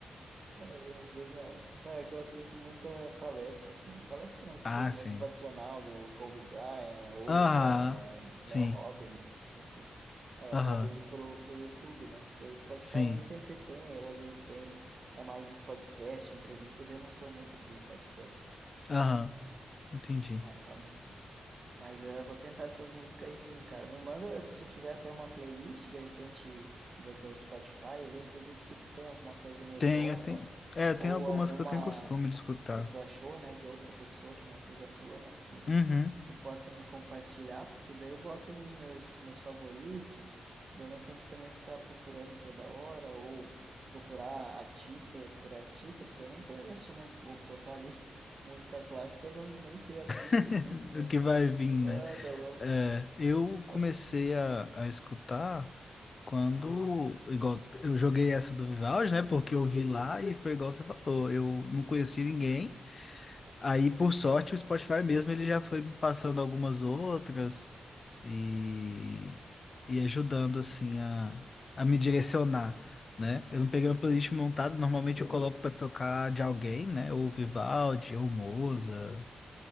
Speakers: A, on the right; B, on the left.
A: É Genial. Não, é que eu assisto muita palestra, assim. Palestra não, tipo,
B: Ah,
A: motivacional
B: sim.
A: do Kobe Bryant, Oprah,
B: Aham, sim.
A: Mel Robbins, enfim. Aí
B: Aham,
A: acabo indo pro, pro YouTube, né? Porque o Spotify
B: sim.
A: nem sempre tem, ou às vezes tem. É mais podcast, entrevista, eu não sou muito de podcast.
B: Aham, entendi.
A: É, acabou. Mas eh, eu vou tentar essas músicas aí sim, cara. Me manda se tu tiver até uma playlist, de repente, do, do Spotify, ele acredito que tu tem alguma coisa meio
B: Tenho,
A: pronta
B: tem, é, tem
A: ou
B: algumas
A: alguma
B: que eu tenho costume de escutar.
A: que tu achou, né, de outra pessoa que não seja tua, mas que
B: Uhum.
A: tu possa me compartilhar, porque daí eu boto nos meus meus favoritos, daí eu não tenho que também ficar procurando toda hora ou procurar artista por artista, porque eu nem conheço, né? Vou botar ali <laughs> música clássica, eu não nem sei artista
B: <laughs>
A: disso,
B: do
A: né?
B: que vai vir, né?
A: Ah, tá louco.
B: É, eu
A: Só
B: comecei a, a escutar quando, igual, eu joguei essa do Vivaldi, né? Porque eu vi lá e foi igual você falou, eu não conheci ninguém. Aí, por sorte, o Spotify mesmo, ele já foi me passando algumas outras e,
A: sim,
B: e ajudando, assim, a, a me direcionar, né? Eu não peguei uma playlist montada, normalmente eu coloco pra tocar de alguém, né? Ou Vivaldi, ou Moza